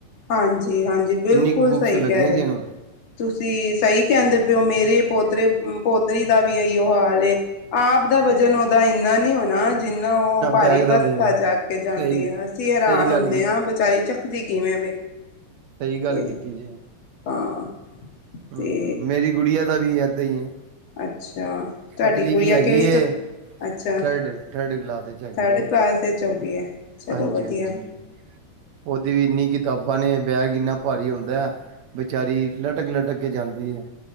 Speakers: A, on the left; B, on the right.
A: ਹਾਂਜੀ ਹਾਂਜੀ ਬਿਲਕੁਲ
B: ਇੰਨੀ ਕੁ ਬੁੱਕਸ
A: ਸਹੀ
B: ਲੱਗੀਆਂ
A: ਕਹਿ ਰਹੇ
B: ਦੀਆਂ
A: ਹੋ।
B: ਨੇ
A: ਤੁਸੀਂ ਸਹੀ ਕਹਿੰਦੇ ਪੇ ਓ ਮੇਰੇ ਪੋਤਰੇ ਪੋਤਰੀ ਦਾ ਵੀ ਇਹੀਓ ਹਾਲ ਹੈ। ਆਪ ਦਾ ਵਜ਼ਨ ਓਹਦਾ ਇੰਨਾ ਨੀ ਹੋਣਾ ਜਿੰਨਾ ਉਹ ਭਾਰੀ
B: ਬੈਗ ਦਾ
A: ਬੱਸਤਾ
B: ਵਜਨ ਹੈ
A: ਚੱਕੇ ਕੇ ਜਾਂਦੀ
B: ਸਹੀ
A: ਆ ਅਸੀਂ ਹੈਰਾਨ
B: ਸਹੀ ਗੱਲ
A: ਹੁੰਦੇ
B: ਕੀ
A: ਹਾਂ ਵਿਚਾਰੀ ਚ ਦੀ ਕਿਵੇਂ ਵੇ।
B: ਸਹੀ ਗੱਲ
A: ਤੇ
B: ਕੀਤੀ ਜੇ।
A: ਹਾਂ।
B: ਹਮ
A: ਤੇ
B: ਮੇਰੀ ਗੁੜੀਆਂ ਦਾ ਵੀ ਏਦਾਂ ਹੀ ਹੈ।
A: ਅੱਛਾ ਤੁਹਾਡੀ
B: ਪਤਲੀ
A: ਗੁੜੀਆ
B: ਜੀ ਹੈਗੀ
A: ਕਿਹੜੀ
B: ਏ
A: ਅੱਛਾ
B: ਥਰਡ ਥਰਡ ਕਲਾਸ ਵਿੱਚ ਹੈਗੀ
A: ਥਰਡ
B: ਉਹ
A: ਕਲਾਸ ਵਿੱਚ ਹੋਗੀ ਹੈ। ਚਲੋ
B: ਹਾਂਜੀ
A: ਵਧੀਆ
B: ਹਾਂਜੀ ਉਹਦੀ ਵੀ ਇੰਨੀ ਕਿਤਾਬਾਂ ਨੇ ਬੈਗ ਇੰਨਾ ਭਾਰੀ ਹੁੰਦਾ ਹੈ। ਬੇਚਾਰੀ ਲਟਕ ਲਟਕ ਕੇ ਜਾਂਦੀ ਹੈ।